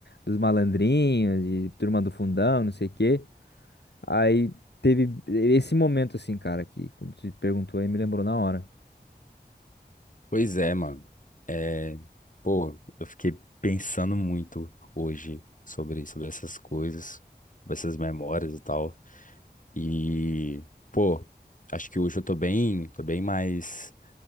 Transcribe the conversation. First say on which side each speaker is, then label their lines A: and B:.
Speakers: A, on the left; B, on the left.
A: dos malandrinhos, de turma do fundão, não sei o quê. Aí teve esse momento, assim, cara, que quando você perguntou aí, me lembrou na hora.
B: Pois é, mano. É, pô, eu fiquei pensando muito hoje sobre, sobre essas coisas, sobre essas memórias e tal. E, pô, acho que hoje eu tô bem, tô bem mais,